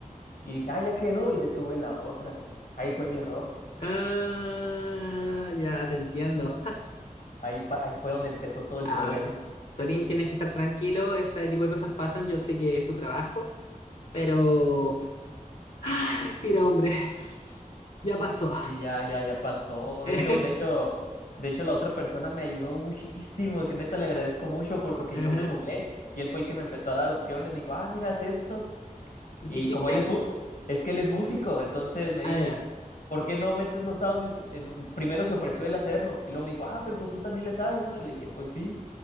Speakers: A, on the left; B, on the left.
A: y dije, ah, ya quedó y detuve la otra. Ahí fue mi error.
B: Ah, ya te entiendo.
A: Ahí, pa- ahí fue donde empezó todo el
B: Ah,
A: problema.
B: bro. Torín, tienes que estar tranquilo, este tipo de cosas pasan, yo sé que es tu trabajo, pero... Ah, Respira, hombre, ya pasó.
A: Y ya, ya, ya pasó.
B: <laughs>
A: De hecho, de hecho, de hecho, la otra persona me ayudó muchísimo, que neta le agradezco mucho porque
B: Ajá.
A: yo me nublé y él fue el que me empezó a dar opciones. Me dijo, ah, mira, haz esto.
B: ¿Y
A: Y
B: qué hiciste?
A: como él es, mu- es que él es músico, entonces me
B: Ah,
A: dijo,
B: ya.
A: ¿por qué no metes los audios? en un-?" primero se ofreció él hacerlo y luego me dijo, ah, pero pues tú tamén le sabes, ¿no? Y le dije, pues sí.